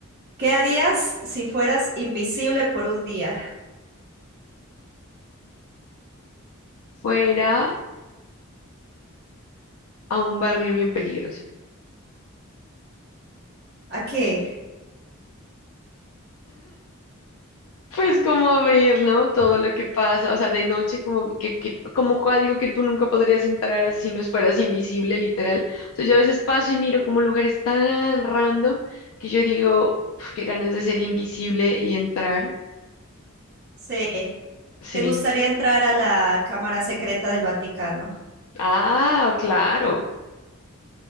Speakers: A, on the right (about 50°); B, on the left (about 70°).
A: ¿qué harías si fueras invisible por un día?
B: fuera a un barrio bien peligroso.
A: ¿A qué?
B: Pues como a ver, ¿no? Todo lo que pasa, o sea, de noche como que, que- como co- algo que tú nunca podrías entrar así si no fueras invisible, literal. O sea, yo a veces paso y miro como lugares tan random que yo digo, "Uf, qué ganas de ser invisible y entrar.
A: Sí,
B: Sí.
A: ¿te gustaría entrar a la Cámara Secreta del Vaticano?
B: Ah, claro,